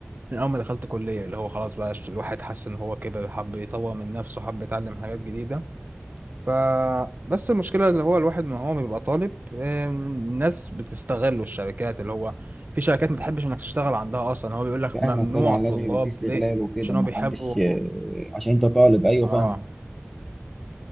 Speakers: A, on the right (about 50°); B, in the centre.
A: من اول ما دخلت كليه اللي هو خلاص بقى الواحد حس ان هو كبر حب يطور من نفسه حب يتعلم حاجات جديده ف بس المشكله اللي هو الواحد ما هو بيبقى طالب ام، الناس بتستغله الشركات اللي هو في شركات ما تحبش انك تشتغل عندها اصلا هو بيقول لك
B: فاهمك
A: ممنوع
B: طبعا لازم
A: طلاب
B: يبقى في استغلال
A: ليه
B: وكده
A: عشان
B: ما
A: هو بيحبوا
B: حدش آه، عشان انت طالب ايوه
A: اه
B: فاهمك